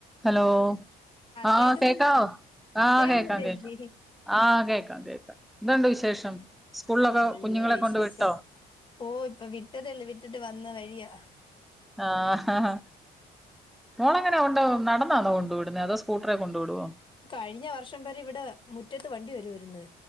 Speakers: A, in the centre; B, on the left.
A: Hello ആഹ്
B: കേൾക്കുന്നുണ്ട്
A: കേക്കാവോ
B: ആ
A: ആഹ്
B: കേൾക്കുന്നുണ്ട്
A: കേക്കാം കേക്കാം
B: ചേച്ചി
A: ആഹ് കേക്കാം കേക്കാം എന്ത്ണ്ട് വിശേഷം സ്കൂളിലൊക്കെ
B: നല്ല
A: കുഞ്ഞുങ്ങളെ
B: വിശേഷം
A: കൊണ്ട് വിട്ടോ
B: ഓ ഇപ്പൊ വിട്ടതേള്ളൂ വിട്ടിട്ട് വന്ന വഴിയാ
A: ആ ഹ ഹാ മോളെങ്ങനെ കൊണ്ട്പോവു നടന്നാണോ കൊണ്ടു വിടുന്നെ അതോ സ്കൂട്ടറെ കൊണ്ടു വിടുവോ
B: കഴിഞ്ഞ വർഷം വരെ ഇവിടെ മുറ്റത്ത് വണ്ടി വരുവായിരുന്നു